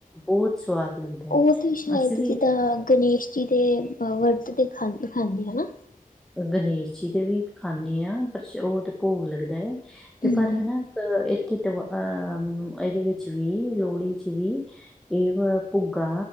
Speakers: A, in the centre; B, on the left.
A: ਬੋਤ ਸਵਾਦ ਲੱਗਦਾ ਹੈ
B: ਉਹ ਤੀ ਸ਼ਾਇਦ,
A: ਅਸੀਂ ਵੀ
B: ਜਿੱਦਾਂ ਗਣੇਸ਼ ਜੀ ਦੇ ਵਰਤ ਦੇ ਖਾਂ ਖਾਂਦੇ ਹਨਾ।
A: ਗਣੇਸ਼ ਜੀ ਤੇ ਵੀ ਖਾਂਨੇ ਆਂ, ਪਰ ਉਹ ਤੇ ਭੋਗ ਲੱਗਦਾ, ਤੇ
B: ਹੂੰ।
A: ਪਰ ਹਨਾ ਇੱਥੇ ਤੇ ਅਹ ਇਹਦੇ ਵਿੱਚ ਵੀ, ਲੋਹੜੀ ਚ ਵੀ ਇਹ ਵਾ ਭੁੱਗਾ,